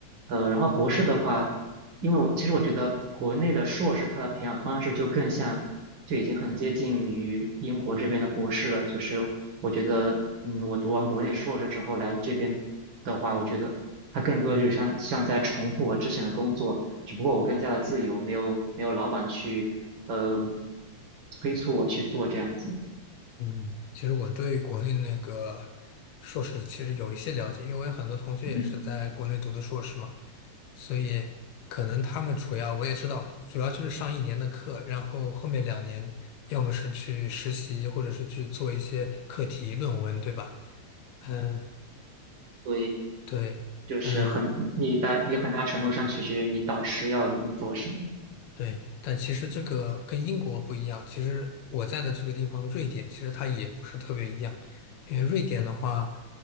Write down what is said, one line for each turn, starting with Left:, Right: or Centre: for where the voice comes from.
Right: 呃，然后博士的话，因为我其实我觉得国内的硕士它的培养方式就更像，就已经很接近于英国这边的博士了。就是我觉得，嗯，我读完国内硕士之后来这边的话，我觉得它更多就是像像在重复我之前的工作。只不过我更加的自由，没有没有老板去呃催促我去做这样子。
Left: 嗯，其实我对国内那个硕士其实有一些了解，因为我有很多同学也是在国内读的硕士嘛，
Right: 嗯
Left: 所以可能他们主要我也知道，主要就是上一年的课，然后后面两年要么是去实习，或者是去做一些课题论文，对吧？嗯，
Right: 对，
Left: 对，
Right: 就是很你大你很大程度上取决于你导师要你做什么。
Left: 嗯，对，但其实这个跟英国不一样。其实我在的这个地方，瑞典，其实它也不是特别一样，因为瑞典的话，